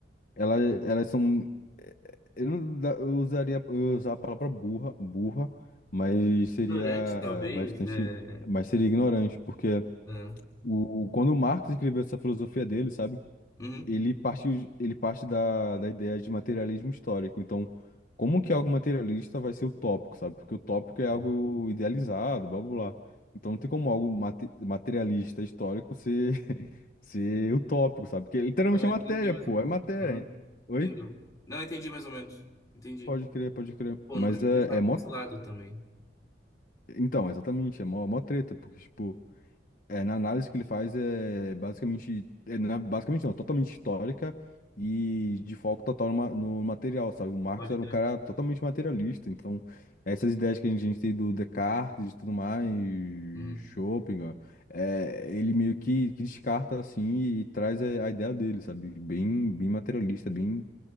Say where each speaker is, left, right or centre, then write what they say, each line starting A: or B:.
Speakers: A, on the left; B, on the left.
A: ela, elas são. eh, Eu não da- eu usaria. Eu ia usar a palavra burra, burra, mas seria
B: Ignorante, talvez,
A: bastante.
B: né?
A: Mas seria ignorante, porque
B: Ah,
A: o, quando o Marx escreveu essa filosofia dele, sabe?
B: uhum.
A: Ele parte, ele parte da, da ideia de materialismo histórico. Então, como que algo materialista vai ser utópico, sabe? Porque o tópico é algo
B: É.
A: idealizado, blá blá blá. Então, não tem como algo mate- materialista histórico ser, <laughs> ser utópico, sabe? Porque é literalmente
B: Ah,
A: é
B: entendi
A: matéria,
B: mais
A: pô,
B: ou menos.
A: é matéria.
B: Uhum.
A: Oi?
B: Entendeu? Não, entendi mais ou menos. Entendi.
A: Pode crer, pode crer.
B: Pô,
A: Mas
B: nunca tinha
A: é,
B: pensado
A: é mó.
B: por esse lado também.
A: Então, exatamente, é mó, mó treta, porque, tipo, é, na análise que ele faz é basicamente. É, na- basicamente não, é totalmente histórica e de foco total no, ma- no material, sabe? O Marx
B: Pode
A: era
B: crer.
A: um cara totalmente materialista, então essas ideias que a gente, a gente tem do Descartes e tudo mais,
B: Uhum.
A: Schopenhauer, é, ele meio que, que descarta, assim, e traz a, a ideia dele, sabe? Bem, bem materialista, bem,